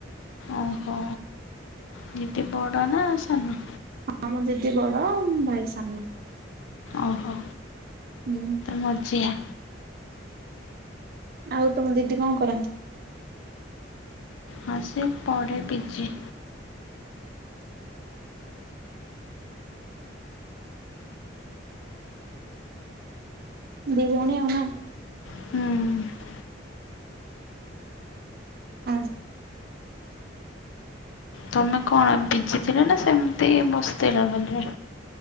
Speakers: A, on the left (about 80°); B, on the right (about 50°).
A: ଓହୋ ଦିଦି ବଡ ନାଁ ସାନ?
B: ହଁ ମୋ ଦିଦି ବଡ଼ ଆଉ ମୋ ଭାଇ ସାନ।
A: ଓହୋ।
B: ହୁଁ।
A: ମଝିଆ।
B: ଆଉ ତମ ଦିଦି କଣ କରନ୍ତି?
A: ହଁ ସେ ପଢ଼େ ପି ଜି।
B: ଦି ଭଉଣୀ ଆଉ ନା।
A: ହୁଁ।
B: ଆ।
A: ତମେ କଣ ବିଜି ଥିଲ ନା ସେମିତି ବସ୍ତିଥିଲା ଖାଲି?